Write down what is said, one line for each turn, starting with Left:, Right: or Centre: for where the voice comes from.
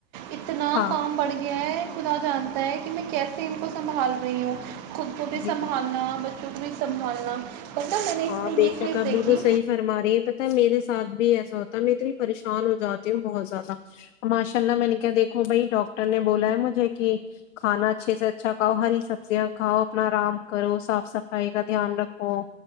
Right: اتنا
Left: ہاں
Right: کام بڑھ گیا ہے خدا جانتا ہے کہ میں کیسے ان کو سنبھال رہی ہوں خود کو بھی
Left: جی
Right: سنبھالنا ب <unintelligible> سنبھالنا
Left: ہاں بے شک
Right: چیز
Left: آپ
Right: دیکھی
Left: بالکل صحیح فرما رہے ہیں پتا ہے میرے ساتھ بھی ایسا ہوتا ہے میں اتنی پریشان ہو جاتی ہوں بہت زیادہ اور ماشاء اللہ میں نے کیا دیکھو بھائی ڈاکٹر نے بولا ہے مجھے کہ کھانا اچھے سے اچھا کھاؤ ہری سبزیاں کھاؤ اپنا آرام کرو صاف صفائی کا دھیان رکھو